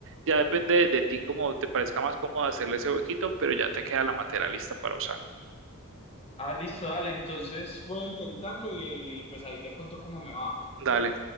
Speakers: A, on the right (about 60°); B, on the left (about 25°).
A: Ya depende de, ti como te parezca más cómodo hacerle ese huequito, pero ya te queda la materia lista para usar.
B: ah, listo, dale, entonces voy a intentarlo y pues ahí te cuento cómo me va.
A: Dale.